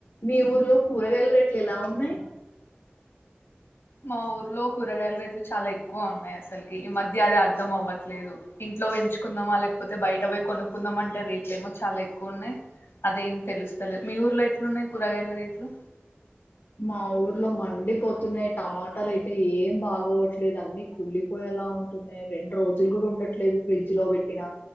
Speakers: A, on the left (about 70°); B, on the left (about 85°).
A: మీ ఊర్లో కూరగాయల రేట్లు ఎలా ఉన్నాయ్.
B: మా ఊర్లో కూరగాయల రేట్లు చాలా ఎక్కువ ఉన్నాయి అసలుకి ఈ మధ్య అదే అర్ధం అవ్వట్లేదు. ఇంట్లో పెంచుకుందామా లేకపోతే బయట పోయి కొనుక్కుందాం అంటే రేట్లు ఏమో చాలా ఎక్కువ ఉన్నాయ్. అదేం తెలుస్తలేదు మీ ఊర్లో ఎట్లున్నాయి కూరగాయల రేట్లు,
A: మా ఊర్లో మండి పోతున్నాయి టమాట్ <unintelligible> అయితే ఏం బాగోట్లేదు అన్ని కుళ్ళిపోయేలా ఉంటున్నాయి. రెండు రోజులు కూడా ఉండట్లేదు ఫ్రిడ్జ్ లో పెట్టినా